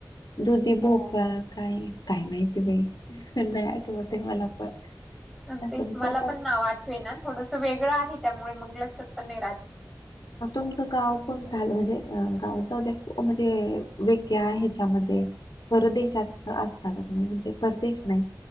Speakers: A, on the left; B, in the centre.
A: दुधी भोपा
B: हो.
A: काही काय माहिती बाई नाही आठवत आहे मला पण
B: तेच
A: असं म्हणजे
B: मला
A: आता
B: पण ना वाट ना थोडस वेगळं आहे त्यामुळे मग लक्षात पण नाही राहत
A: तुमचं गाव कोण ठल म्हणजे गावच दे म्हणजे वेग्या आहे ह्याच्यामध्ये परदेशात असता का तुम्ही म्हणजे परदेश नाही